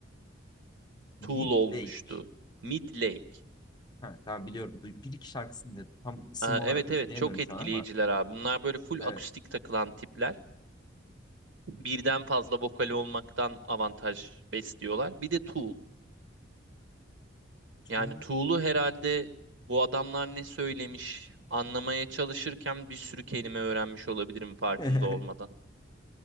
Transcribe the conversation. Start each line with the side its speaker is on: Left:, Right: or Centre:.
Left: <laughs>
Right: Tool
Left: Midlake.
Right: olmuştu. Midlake.
Left: Ha, tamam biliyorum. Duy- Bir iki şarkısını da tam isim
Right: Aa,
Left: olarak
Right: evet
Left: hatırlayamıyorum
Right: evet çok etkileyiciler
Left: şu an ama.
Right: abi. Bunlar böyle full
Left: Evet.
Right: akustik takılan tipler. Birden fazla vokali olmaktan avantaj besliyorlar. Bir de Tool.
Left: Çok-
Right: Yani Tuğlu herhalde bu adamlar ne söylemiş anlamaya çalışırken bir sürü kelime öğrenmiş olabilirim farkında
Left: <laughs>
Right: olmadan.